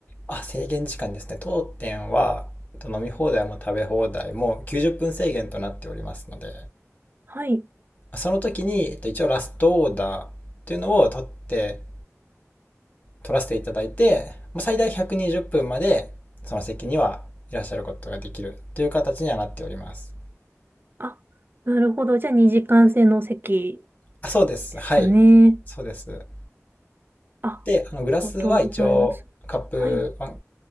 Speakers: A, on the left; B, on the right.
A: あ、制限時間ですね。当店は、えっと飲み放題も食べ放題も90分制限となっておりますので、
B: はい。
A: その時に、えっと、一応ラストオーダーっていうのを取って取らせていただいて、最大120分までその席にはいらっしゃることができるという形にはなっております。
B: あ、なるほど。じゃあ、2時間制の席
A: あ、そうです。
B: ですかね。
A: はい。そうです。
B: あ、ありがとうございます。
A: で、あのグラスは一応カップは
B: はい。